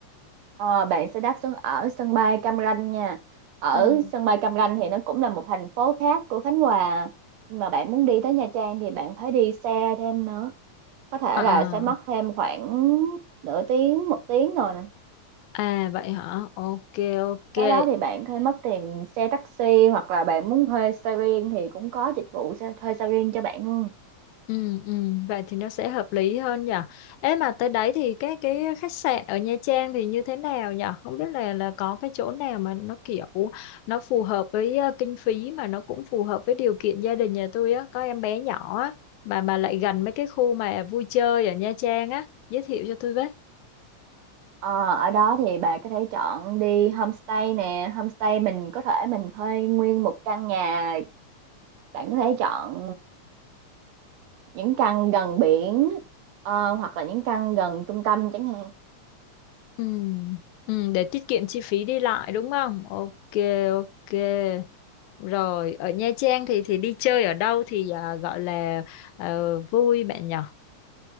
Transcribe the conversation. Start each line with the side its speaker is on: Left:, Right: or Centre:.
Right: Ờ, bạn sẽ đáp xuống ở sân bay Cam Ranh nha. Ở
Left: Ừ.
Right: sân bay Cam Ranh thì nó cũng là một thành phố khác của Khánh Hòa. Nhưng mà bạn muốn đi tới Nha Trang thì bạn phải đi xe thêm nữa. Có thể
Left: À, à,
Right: là sẽ mất thêm khoảng nửa tiếng, một tiếng rồi nè.
Left: à, vậy hả? Ok ok.
Right: Tới đó thì bạn có thể mất tiền xe taxi hoặc là bạn muốn thuê xe riêng thì cũng có dịch vụ xe, thuê xe riêng cho bạn luôn.
Left: Ừ, ừ, vậy thì nó sẽ hợp lý hơn nhỉ. Ê mà tới đấy thì cái cái khách sạn ở Nha Trang thì như thế nào nhỉ? Không biết là là có cái chỗ nào mà nó kiểu nó phù hợp với ờ, kinh phí mà nó cũng phù hợp với điều kiện gia đình nhà tôi á, có em bé nhỏ á mà mà lại gần mấy cái khu mà vui chơi ở Nha Trang á, giới thiệu cho tôi với.
Right: Ờ, ở đó thì bạn có thể chọn đi homestay nè. Homestay mình có thể mình thuê nguyên một căn nhà. Bạn có thể chọn những căn gần biển ờ, hoặc là những căn gần trung tâm chẳng hạn
Left: Ừ, ừ, để tiết kiệm chi phí đi lại đúng không? Ok, ok. Rồi, ở Nha Trang thì thì đi chơi ở đâu thì à, gọi là ờ, vui bạn nhỏ